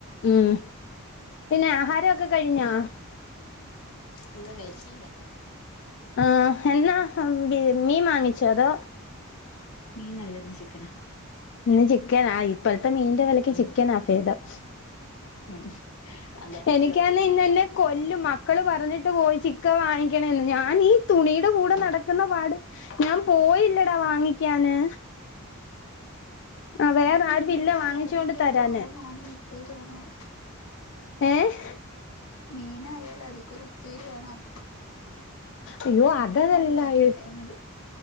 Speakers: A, on the left (about 55°); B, on the left (about 80°).
A: ഉം പിന്നെ ആഹാരമൊക്കെ കഴിഞ്ഞോ?
B: ഇല്ല കഴിച്ചില്ല
A: ആഹ് എന്നാ ഹം ബി മീൻ മാങ്ങിച്ചോ അതോ
B: മീൻ അല്ല ഇന്ന് ചിക്കനാ.
A: ഇന്ന് ചിക്കനാ ഇപ്പട് ത്തെ മീൻന്റെ വിലക്ക്‌
B: ഉം.
A: ചിക്കനാ ഫേദം.
B: ഉം അതന്നെ
A: എനിക്കാന്നെ
B: എളുപ്പം
A: ഇന്ന് എന്നെ കൊല്ലും മ ക്കൾ പറഞ്ഞിട്ട് പോയി ചിക്കൻ വാങ്ങിക്കണേന്ന്. ഞാൻ ഈ തുണിയുടെ കൂടെ നട ക്കുന്ന പാട് ഞാൻ പോയില്ലടാ വാങ്ങിക്കാന്. ആ വേറെ
B: മറ്റേ
A: ആരുമില്ല
B: മീനായാൽ
A: വാങ്ങിച്ചോണ്ട്
B: അതീക്ക് ഒരു
A: തരാന്
B: തോരൻ വാണം, ഉപ്പേരി വാണം.
A: ഏഹ്
B: മീനായാൽ അതിക്ക് ഒരു ഉപ്പേരി വേണം.
A: അയ്യോ
B: ചിക്കൻ
A: അതതല്ല
B: ആയാലും ഒറ്റ
A: യ്യോ
B: കറി മതി